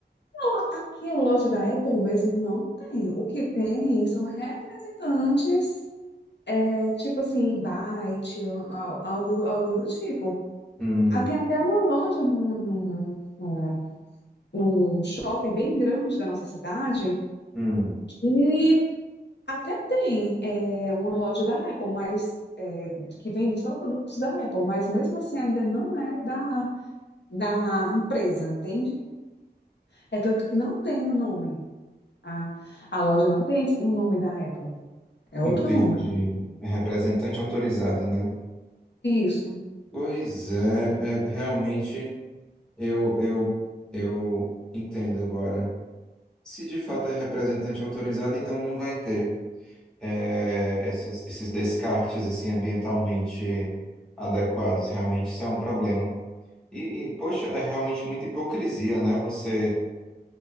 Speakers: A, on the left (about 80°); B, in the centre.
A: Não, a- aqui a loja da Apple mesmo não tem. O que tem são representantes, é, tipo assim, Byte, ó, ó, algo, algo do tipo.
B: Hum,
A: Ah, Tem até uma loja num, num, num num shopping bem grande da nossa cidade
B: hum,
A: E até tem é, uma loja da Apple, mas é, que vende só produtos da Apple, mas mesmo assim ainda não é da, da empresa, entende? É tanto que não tem o nome. A, a loja não tem esse- o nome da Apple, é
B: entendi.
A: outro nome.
B: É representante autorizado, né?
A: Isso,
B: Pois é, é realmente... Eu, eu, eu entendo agora. Se de fato é representante autorizado, então não vai ter eh, essas- esses descartes assim ambientalmente adequados. Realmente isso é um problema. E, e, poxa, é realmente muita hipocrisia, né? Você